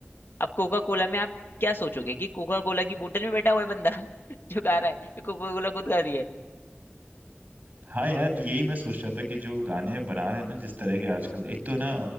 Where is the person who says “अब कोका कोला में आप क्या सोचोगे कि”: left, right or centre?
Left